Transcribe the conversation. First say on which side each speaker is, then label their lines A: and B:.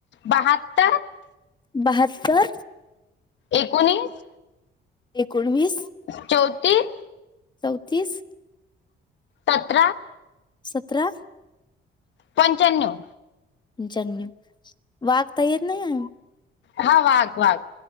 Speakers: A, on the left; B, on the left.
A: बहात्तर
B: बहात्तर
A: एकोणीस
B: एकोणवीस
A: चौतीस
B: चौतीस
A: तत
B: सतरा
A: पंचाण्णव
B: जननी वाघतायर नाही
A: हा वाग वाग